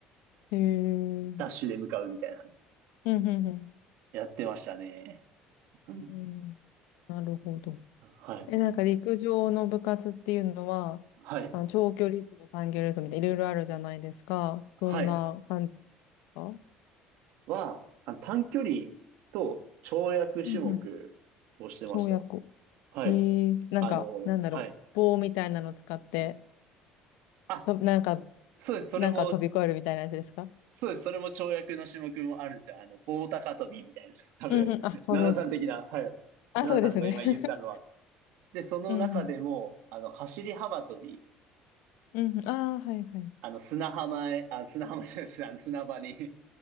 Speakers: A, on the left; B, on the right.
A: うん。
B: ダッシュで向かうみたいなの
A: へえ。うんうんうん。
B: やってましたね。うん。
A: えーなるほど。
B: はい。
A: え、なんか陸上の部活っていうのは、
B: はい。
A: あの、長距離走、短距離走みたいないろいろあるじゃないですか。
B: はい。
A: どんな感じですか
B: は、あ短距離と跳躍種目をしてました。
A: うんうん。跳躍。
B: はい。
A: えー、なんか、
B: あの、
A: なんだろう。
B: はい。
A: 棒みたいなの使って、
B: あ、
A: と、なんか、
B: そうです。それも、
A: なんか飛び越えるみたいなやつですか
B: そうです。それも跳躍の種目もあるんですよ。あの、棒高跳びみたいな。多分、
A: うんうん。あ、そうそう。
B: 奈々さん的な、はい。奈々さんが今言ったのは。
A: あ、そうですね。<laughs>
B: で、その中でも、
A: うんうん。
B: あの、走り幅跳び、
A: うんうん。ああ、はいはい。
B: あの、砂浜へ、あ、砂浜じゃないです。あの、砂場に、